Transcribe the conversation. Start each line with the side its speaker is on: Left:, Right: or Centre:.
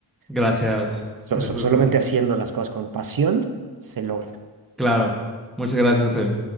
Centre: Gracias.
Right: pues, so-
Centre: Gracias,
Right: so- solamente
Centre: José.
Right: haciendo las cosas con pasión se logra.
Centre: Claro. Muchas gracias, José.